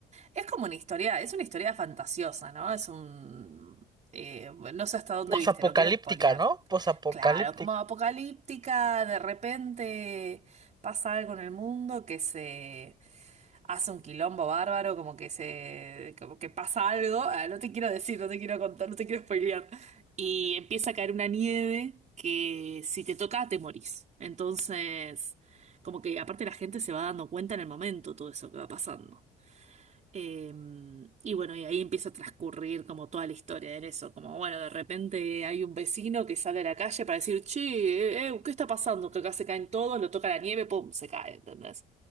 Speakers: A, on the right; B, on the right.
A: es como una historia, es una historia fantasiosa, ¿no? Es un, eh, bueno, no sé hasta dónde
B: Posapocalíptica,
A: viste, no quiero spoilear.
B: ¿no? Posapocalíptica.
A: Claro, como apocalíptica, de repente pasa algo en el mundo que se hace un quilombo bárbaro, como que se, como que pasa algo, ah, no te quiero decir, no te quiero contar, no te quiero spoilear. Y empieza a caer una nieve que si te toca te morís. Entonces, como que aparte la gente se va dando cuenta en el momento todo eso que va pasando. Eh, y bueno, y ahí empieza a transcurrir como toda la historia en eso, como bueno, de repente hay un vecino que sale a la calle para decir, che, eh, eh, ¿qué está pasando? Que acá se caen todos, lo toca la nieve, pum, se cae, ¿entendés?